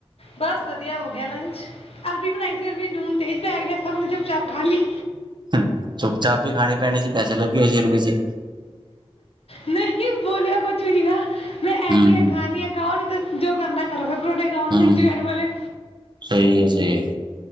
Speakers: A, on the left (about 65°); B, on the right (about 45°).
A: ਬਸ ਵਧੀਆ, ਹੋ ਗਿਆ ਲੰਚ। ਅਲਵੀ ਬਣਾਈ ਸੀ, ਅਲਵੀ ਚ ਨੂਨ ਤੇਜ਼ ਪੈ ਗਿਆ ਹੈ ਸਭ ਨੇ ਚੱਪ ਚਾਪ ਖਾ ਲਈ।
B: ਹਮ ਚੁੱਪ ਚਾਪ ਹੀ ਖਾਣੀ ਪੈਣੀ ਸੀ, ਪੈਸੇ ਲੱਗੇ ਹੋਏ ਸੀਹ ਅਰਬੀ ਵੀਚ।
A: ਨਹੀਂ ਬੋਲਿਆ ਕੁਛ ਵੀ ਨੀ ਨਾ, ਮੈਂ
B: ਹਮ
A: ਇਹੀ ਆ ਖਾਣੀ ਐ। ਖਾਓ ਨੀ ਤੇ ਜੋ ਕਰਨਾ ਕਰੋ, ਫਿਰ ਪਰੋਠੇ ਥਾਓ
B: ਹਮ
A: ਨੂੰਨ ਜੁਵਾਈਨ ਵਾਲਲੇ।
B: ਸਹੀ ਹੈ ਸਹੀ ਹੈ।